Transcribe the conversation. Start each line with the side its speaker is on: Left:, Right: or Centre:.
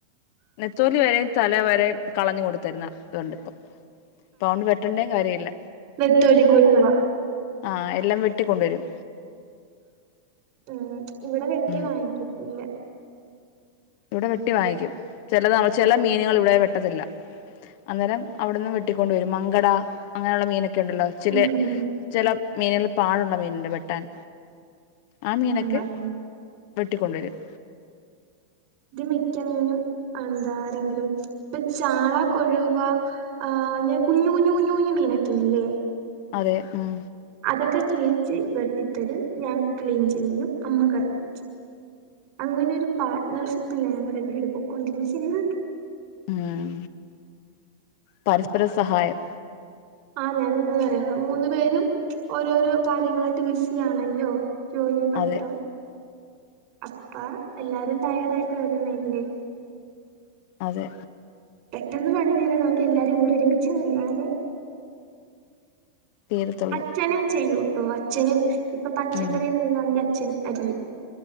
Left: നെത്തോലി വരെ തല വര കളഞ്ഞു കൊണ്ടുത്തരുന്ന ഇതൊണ്ടിപ്പൊ അത് കൊണ്ട് വെട്ടണ്ടയും കാര്യ ഇല്ല
Right: നത്തോലി കൊഴുവ
Left: ആ എല്ലാം വെട്ടിക്കൊണ്ടുവരും
Right: ഉം, ഇവിടെ വെട്ടി
Left: ഉം
Right: വാങ്ങിക്കത്തില്ല
Left: ഇവിടെ വെട്ടി വാങ്ങിക്കും, ചില ന ചില മീനുകൾ ഇവിടെ വെട്ടത്തില്ല. അന്നേരം അവിടുന്ന് വെട്ടിക്കൊണ്ട് വരും, മങ്കട അങ്ങനെയുള്ള മീനൊക്കെ. ഉണ്ടല്ലോ ചില,
Right: ഉം ഉം ഉം
Left: ചില മീനുകൾ പാടുള്ള മീനമുണ്ട് വെട്ടാൻ. ആ മീന കെ
Right: ഉം
Left: വെട്ടിക്കൊണ്ടു വരും
Right: ഇത് മിക്ക മീനും എന്താ ആരെങ്കിലും ഇപ്പൊ ചാള കൊഴുവ ആ അങ്ങനെ കുഞ്ഞു കുഞ്ഞു കുഞ്ഞു കുഞ്ഞു മീനക്കയില്ലേ.
Left: അതെ, ഉം
Right: അതൊക്കെ ചേച്ചി വെട്ടിത്തരും, ഞാൻ ക്ലീൻ ചെയ്യും അമ്മ കറി വെയ്ച്ചും. അങ്ങനെ ഒരു പാട്ണർഷിപ്പില ഞങ്ങടെ വീട് പൊക്കൊണ്ടിരിക്കുന്നെ.
Left: ഉം, പരസ്പര സഹായം
Right: ആ ഞൻ എന്താ പറയാ മൂന്നു പേരും ഓരോരോ കാര്യങ്ങളായിട്ട് ബിസി ആണല്ലോ. ജോലി പഠിത്തം
Left: അതെ
Right: അപ്പ എല്ലാരും ടയേർഡ് ആയിട്ട് വരുന്ന അല്ലേ
Left: അതെ
Right: പെട്ടെന്ന് പണി തീരണം എങ്കി എല്ലാരും കൂടെ ഒരുമിച്ച് നിന്നാലെ
Left: തീരത്തുള്ളൂ
Right: അച്ഛനും ചെയ്യൂട്ടോ, അച്ഛനും ഇപ്പൊ പച്ചക്കറി
Left: ഉം
Right: എന്തെങ്കിലും ആണെ അച്ഛൻ അരിയും